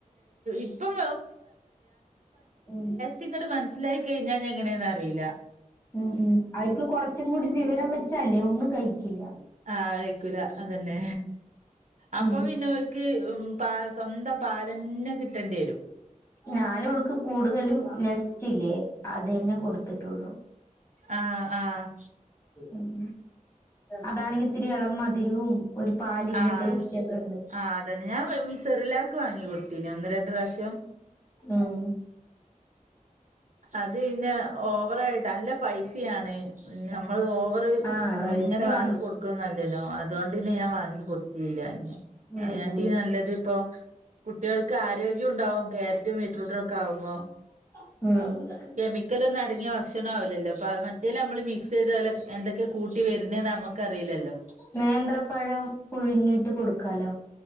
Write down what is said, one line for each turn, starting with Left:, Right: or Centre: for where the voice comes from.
Right: ഇപ്പം
Left: ഉം
Right: ക്കിങ്ങട്ട് മനസ്സിലായി കഴിഞ്ഞാ ഞെങ്ങനേന്നറിയില്ല
Left: ഉം ഉം അവിരിക്ക് കൊറ്ച്ചും കൂടി വിവരം വെച്ചാല്ലേ ഒന്നും കഴിക്കില്ല
Right: ആഹ് അയിക്കൂല അതന്നെ അപ്പം
Left: ഉം
Right: പിന്നോൽക്ക് ഉം പാ സ്വന്തം പാലന്നെ കിട്ടണ്ടിയേരും
Left: ഞാനോൾക്ക് കൂടുതലും നെസ്റ്റ്ല്ലേ അതെന്നെ കൊടുത്തിട്ടുള്ളു
Right: ആഹ് ആഹ്
Left: ഉം അതാണെങ്കിത്തിരി എളം മധുരവും ഒരു പാലിന്റെ
Right: ആഹ്
Left: ടേസ്റ്റ് ഒക്കെ ഉണ്ട്
Right: ആഹ് അതന്നെ ഞാൻ വെ സെറിലാക്ക് വാങ്ങി കൊടുത്തീനി ഒന്ന് രണ്ട് പ്രാശ്യം
Left: ഉം
Right: അത് പിന്നെ ഓവറായിട്ട് അല്ല പൈസിയാണ് നമ്മള് ഓവ റ്
Left: ആഹ് റേറ്റും
Right: ഇങ്ങനെ വാങ്ങി
Left: ആണ്
Right: കൊടുക്ക്ണന്നല്ലല്ലോ അതോണ്ടിന്നെ ഞാൻ വാങ്ങി കൊടു ത്തില്ലാന്നെ
Left: ഉം
Right: അയ്‌നാട്ടീ
Left: ഉം
Right: നല്ലത് ഇപ്പൊ കുട്ടികൾക്ക് ആരോഗ്യം ഉണ്ടാവും ക്യാരറ്റും ബീറ്റ്രൂട്ടൊക്ക ആവുമ്പോ
Left: ആഹ്
Right: കെമിക്കലൊന്നടങ്ങിയ ഭക്ഷണാവുല്ലല്ലോ പ മറ്റേല് നമ്മള് മിക്സെയ്തോല് എന്തൊക്കെ കൂട്ടി വരുന്നേന്ന് നമു ക്കറിയില്ലല്ലോ
Left: നേന്ത്രപ്പഴം പുഴുങ്ങിട്ട് കൊടുക്കാലോ